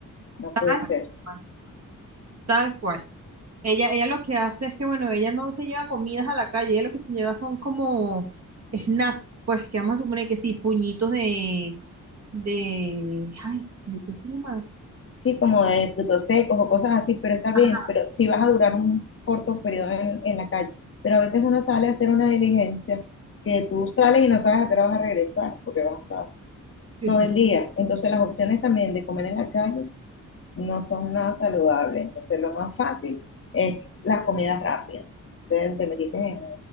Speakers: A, on the left; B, on the right.
A: no
B: Tal
A: puede ser.
B: cual, tal cual. Ella, ella lo que hace es que, bueno, ella no se lleva comidas a la calle, ella lo que se lleva son como snacks, pues que vamos a suponer que sí, puñitos de, de, ay, ¿de qué se llama?
A: Sí, como de frutos secos o cosas así, pero está
B: Ajá,
A: bien, pero si vas a durar un corto periodo en, en la calle. Pero a veces uno sale a hacer una diligencia que tú sales y no sabes a qué hora vas a regresar porque vas a estar
B: sí,
A: todo
B: sí.
A: el día. Entonces las opciones también de comer en la calle no son nada saludables. Entonces lo más fácil es las comidas rápidas. Entonces te metiste en